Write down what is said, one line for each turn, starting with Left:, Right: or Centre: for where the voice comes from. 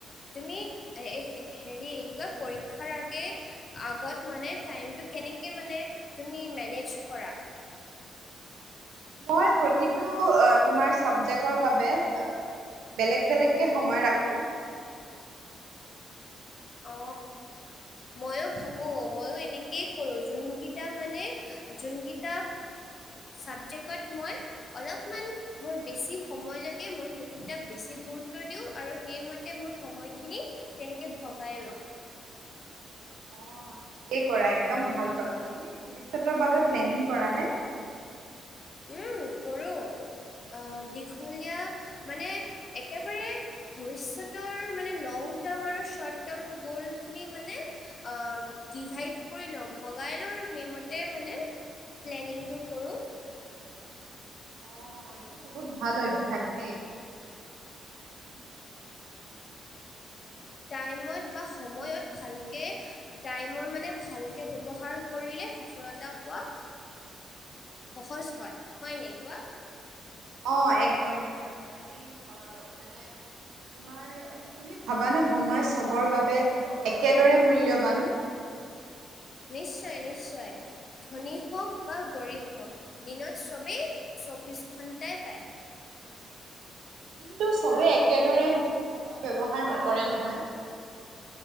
Left: তুমি এ হেৰি কি কয় পৰীক্ষাৰ আগে আগত মানে টাইমটো কেনেকে মানে তুমি মেনেজ কৰা।
Right: মই প্ৰতিটো তোমাৰ চাবজেক্টৰ বাবে অহ বেলেগ বেলেগকে সময় ৰাখোঁ।
Left: অ। মইয়ো ভাবো ময়ো এনেকেই কৰোঁ যোনকেইটা মানে যোনকেইটা ছাবজেক্টত মই অলপমান মোৰ বেছি সময় লাগে মই সেইকেইটাক বেছি গুৰুত্ব দিওঁ আৰু সেইমতে মোৰ সময়খিনি তেনেকে ভগাই লওঁ।
Right: অ ঠিকেই কৰা একদম ভাল কথা। তুমি ভৱিষ্যতৰ বাবে প্লেনিং কৰা নে?
Left: উম কৰোঁ আহ দীঘলীয়া মানে একেবাৰে ভৱিষ্যতৰ মানে লং টাৰ্ম আৰু শৰ্ট টাৰ্ম গ'লখিনি মানে আহ ডিভাইড কৰি লওঁ ভগাই লওঁ সেইমতে মানে প্লেনিংটো কৰোঁ।
Right: অ এইটো বহুত ভাল অভ্যাস দেই। <inaudible>
Left: টাইমত বা সময়ত ভালকে টাইমৰ মানে ভালকে ব্যৱহাৰ কৰিলে সফলতা পোৱা সহজ হয়, হয় নে কোৱা?
Right: অ একদম একদম আজি অ মানে তোমাৰ তুমি ভাবানে সময় চবৰ বাবে একেদৰে মূল্যৱান।
Left: নিশ্চয় নিশ্চয়। ধনী হওক বা গৰীব হওক দিনত চবেই চৌব্বিছ ঘণ্টাই পায়।
Right: কিন্তু চবে একেদৰে সময় ব্যৱহাৰ নকৰে নহয়।